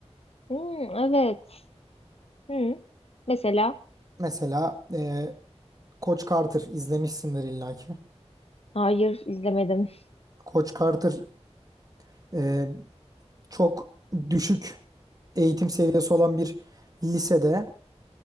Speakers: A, on the left; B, on the right.
A: Hmm, evet. Hı. Mesela
B: Mesela e, Coach Carter izlemişsindir illaki.
A: hayır izlemedim.
B: Coach Carter e, çok düşük eğitim seviyesi olan bir lisede